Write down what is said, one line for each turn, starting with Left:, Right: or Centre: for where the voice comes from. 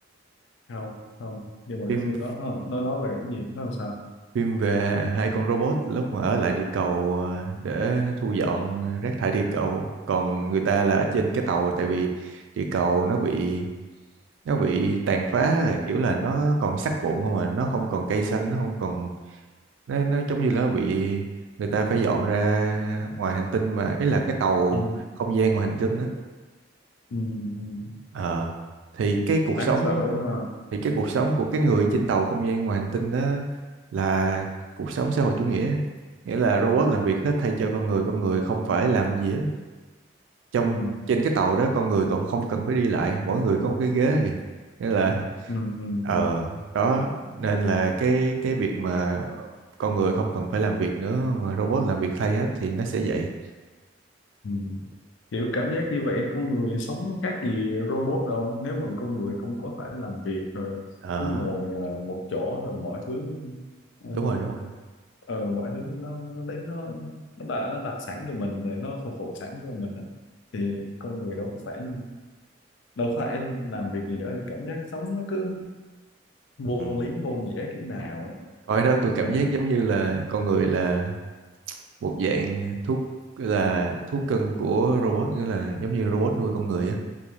Left: không không nhưng mà
Right: phim
Left: cái phim đó nó nó nói về cái gì nó làm sao
Right: phim về hai con robot lúc mà ở lại địa cầu ờ, để thu dọn rác thải địa cầu còn người ta là ở trên cái tàu tại vì địa cầu nó bị nó bị tàn phá là kiểu là nó còn sắt vụn không à nó không còn cây xanh nó không còn nó, nó giống như là nó bị người ta phải dọn ra ngoài hành tinh mà ý là cái tàu
Left: ừ,
Right: không gian ngoài hành tinh á
Left: ừ, ừ,
Right: Ờ, thì cái cuộc
Left: đáng
Right: sống
Left: sợ ha
Right: thì cái cuộc sống của cái người trên tàu không gian ngoài hành tinh đó là cuộc sống xã hội chủ nghĩa nghĩa là robot làm việc hết thay cho con người con người không phải làm gì hết trong
Left: ừ,
Right: trên cái tàu đó con người còn không cần phải đi lại mỗi người có một cái ghế kìa nghĩa là
Left: ừ, ừ,
Right: ờ
Left: ừ.
Right: đó nên là cái cái việc mà con người không cần phải làm việc nữa mà robot làm việc thay hết thì nó sẽ vậy
Left: Ừ. Kiểu cảm giác như vậy con người sống nó khác gì robot đâu nếu mà con người không có phải làm việc rồi
Right: ờ
Left: cứ ngồi ờ, một chỗ rồi mọi thứ
Right: đúng
Left: ờ,
Right: rồi đúng rồi
Left: ờ, mọi thứ nó, nó đến nó nó đặt, nó đặt sẵn cho mình rồi nó phục vụ sẵn cho mình đó thì con người đâu có phải đâu có phải làm việc gì nữa thì cảm giác sống nó cứ vô
Right: ừ.
Left: lý vô nghĩa kiểu nào
Right: coi đó tôi cảm
Left: mà
Right: giác giống như là con người là một dạng thuốc là thuốc cưng của robot nghĩa là giống như robot nuôi con người á